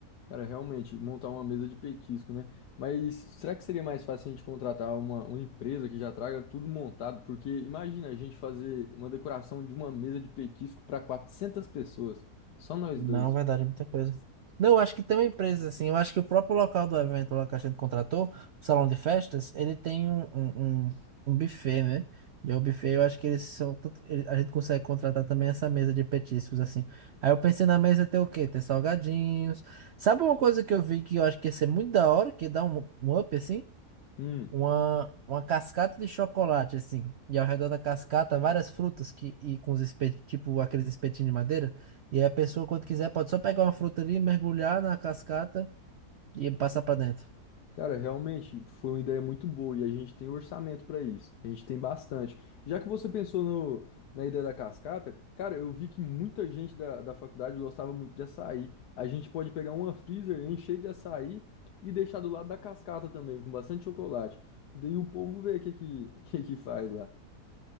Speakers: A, on the left (about 80°); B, on the right (about 65°).
A: Cara, realmente, montar uma mesa de petisco, né? Mas será que seria mais fácil a gente contratar uma, uma empresa que já traga tudo montado? Porque imagina a gente fazer uma decoração de uma mesa de petisco para 400 pessoas, só nós
B: Não
A: dois.
B: vai dar de muita coisa. Não, eu acho que tem empresas assim. Eu acho que o próprio local do evento lá que a gente contratou, o salão de festas, ele tem um, um, um, um buffet, né? E o buffet, eu acho que eles são. tanto- ele- A gente consegue contratar também essa mesa de petiscos, assim. Aí eu pensei na mesa ter o quê? Ter salgadinhos. Sabe uma coisa que eu vi que eu acho que ia ser muito da hora, que dá um, um up, assim?
A: Hum.
B: uma, uma cascata de chocolate, assim, e ao redor da cascata várias frutas que, e com os espetinhos, tipo aqueles espetinhos de madeira, e aí a pessoa, quando quiser, pode só pegar uma fruta ali, mergulhar na cascata e passar pra dentro.
A: Cara, realmente foi uma ideia muito boa e a gente tem orçamento para isso. A gente tem bastante. Já que você pensou no, na ideia da cascata, cara, eu vi que muita gente da, da faculdade gostava muito de açaí. A gente pode pegar uma freezer, encher de açaí e deixar do lado da cascata também, com bastante chocolate. E daí o povo vê o que, que, <laughs> que que faz lá.